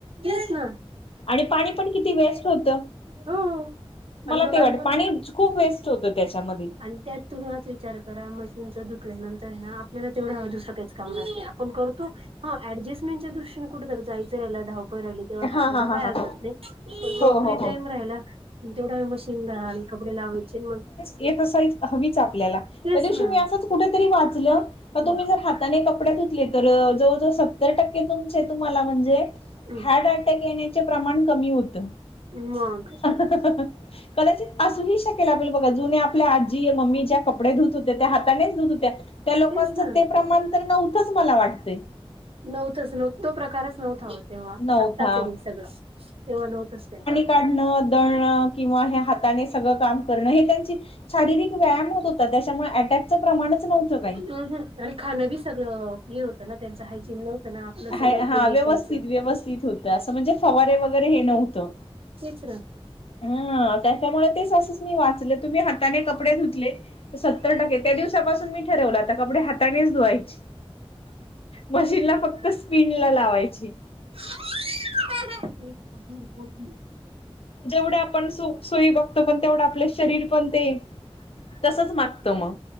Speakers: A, on the right (about 65°); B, on the left (about 65°).
A: तेच ना,
B: आणि पाणी पण किती वेस्ट होत.
A: हो आणि
B: मला
A: बोला
B: ते वाटत
A: मग
B: पाणी खूप वेस्ट होत त्याच्यामध्ये.
A: आणि त्यात तुम्ही आच विचार करा मशीनचं धुतल्या नंतर आहे ना आपल्याला तेवढा वेळ दुसरं काहीच <unintelligible> आपण करतो, ह एडजस्टमेंटच्या दृष्टीनने कुठ जायचं राहिल <unintelligible> <unintelligible> राहिली तेव्हा टाकायला
B: हा हा हा
A: काय
B: हा
A: हरकत
B: हा
A: नाही, पण तो
B: हो हो
A: फ्री
B: हो
A: टाईम राहिला तेवढा वेळ मशीन ला कपडे लावायचे मग
B: एक <unintelligible> हवीच आपल्याला
A: तेच
B: त्या दिवशी
A: ना
B: मी असं कुठेतरी वाचलं
A: हं
B: तुम्ही, जर हाताने कपडे धुतले, तर जवळजवळ सत्तर टक्के तुमचे तुम्हाला म्हणजे,
A: हं
B: हार्ट अटॅक येण्याचे प्रमाण कमी होत.
A: मग
B: ह अ अ कदाचित असू हि शकेल, आपल्याला बघा जुने आपल्या आजी मम्मीच्या कपडे धुत होत्या त्या हातानेच धुत होत्या, त्या लोकांचं
A: तेच ना
B: ते प्रमाण तर नव्हतंच मला वाटतंय.
A: नव्हतचं नव्ह तो प्रकारच नव्हता, हवा तेव्हा
B: नव्हता
A: आत्ताचही सगळं तेव्हा नव्हतंच काही.
B: कांडण, दळण किंवा हे हाताने सगळं काम करणं हे त्यांची शारीरिक व्यायाम होत त्याच्यामुळे अटॅकचं प्रमाणच नव्हतं काही.
A: हं हं आणि खाणं बी सगळं हे होतं ना, त्यांच हायजीन नव्हतं ना आपलं सगळं
B: ह हा
A: केमिकलचं
B: व्यवस्थित व्यवस्थित होत, असं म्हणजे फवारे वगैरे हे नव्हतं.
A: तेच ना
B: ह अ त्याच्यामुळे तेच असंच मी वाचले, तुम्ही हाताने कपडे धुतले सत्तर टक्के त्या दिवसापासून मी ठरवल, आता कपडे हातानेच धुवायची. मशीनला फक्त स्पिन ला लावायची.
A: <unintelligible>
B: जेवढे आपण सो सोय बघतो, पण तेवढं आपले शरीर पण ते तसचं मागत म.